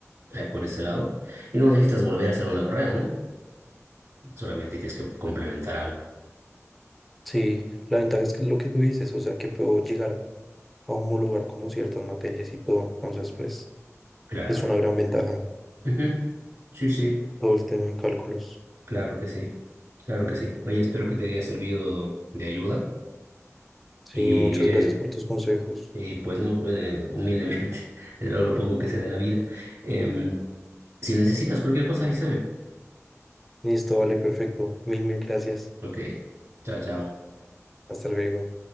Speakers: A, on the right; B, in the centre.
A: eh, por ese lado. Y no necesitas volver a hacer una carrera, ¿no? Solamente tienes que complementar algo.
B: Sí, la ventaja es que lo que tú dices, o sea, que puedo llegar a a homologar como ciertas materias y todo. Entonces, pues,
A: Claro.
B: es una gran ventaja
A: Ujú. Sí, sí,
B: todo el tema de cálculos.
A: claro que sí, claro que sí. Oye, espero que te haya servido de ayuda
B: Sí,
A: y,
B: muchas
A: eh,
B: gracias por tus consejos.
A: y pues no, eh, humildemente, <laughs> lo, lo poco que sé de la vida. Em, Si necesitas cualquier cosa, avísame.
B: Listo, vale, perfecto. Mil, mil gracias.
A: Ok, chao, chao.
B: Hasta luego.